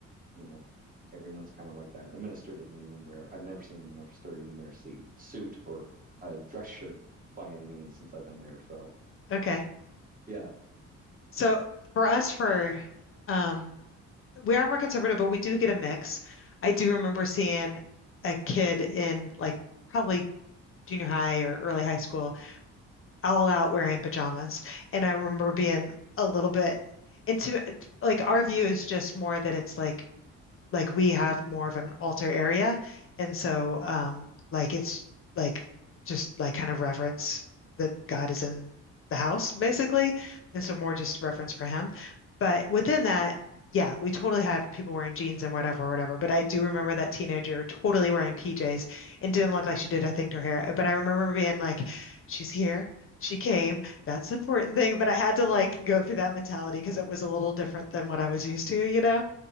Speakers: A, on the right; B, on the left.
A: you know, everyone's kind of like that. The minister doesn't even wear, I've never seen the minister even wear a suit, suit or a dress shirt by any means since I've been there. So,
B: Okay.
A: yeah.
B: So for us, for um, we are more conservative, but we do get a mix. I do remember seeing a kid in like probably junior high or early high school all out wearing pajamas. And I remember being a little bit into like our view is just more that it's like like we have more of an altar area. And so um like it's like just like kind of reverence that God is in the house basically. And so more just reverence for him. But within that, yeah, we totally have people wearing jeans and whatever, whatever. But I do remember that teenager totally wearing PJs and didn't look like she did a thing to her hair. But I remember being like, she's here. She came. That's an important thing. But I had to like go through that mentality because it was a little different than what I was used to, you know?